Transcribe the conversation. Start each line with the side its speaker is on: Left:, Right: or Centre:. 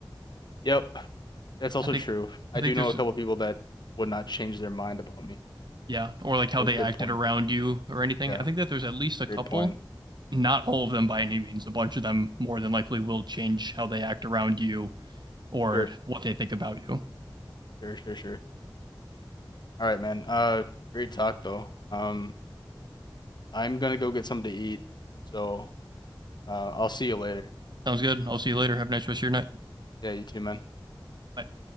Left: Yep. That's also
Right: I think,
Left: true. I
Right: I think
Left: do know
Right: there's,
Left: a couple people that would not change their mind about me.
Right: yeah, or like how
Left: So
Right: they
Left: good
Right: acted
Left: point.
Right: around you or anything.
Left: Yeah.
Right: I think that there's at least a
Left: Great
Right: couple,
Left: point.
Right: not all of them by any means. A bunch of them more than likely will change how they act around you or
Left: Sure.
Right: what they think about you.
Left: Sure, sure, sure. All right, man. Uh, great talk though. Um, I'm gonna go get something to eat. So, uh, I'll see you later.
Right: Sounds good. I'll see you later. Have a nice rest of your night.
Left: Yeah, you too, man.
Right: Bye.